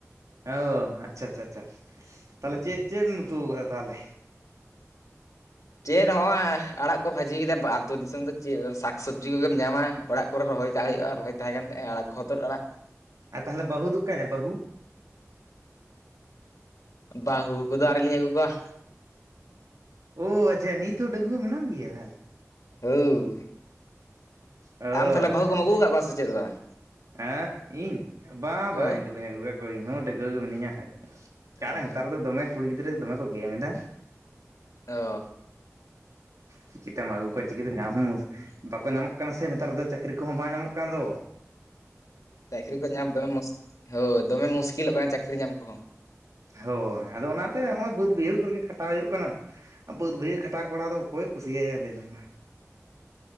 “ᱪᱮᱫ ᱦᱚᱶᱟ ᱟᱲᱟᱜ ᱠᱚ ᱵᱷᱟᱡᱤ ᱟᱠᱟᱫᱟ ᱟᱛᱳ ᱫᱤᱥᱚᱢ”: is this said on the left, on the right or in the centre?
Left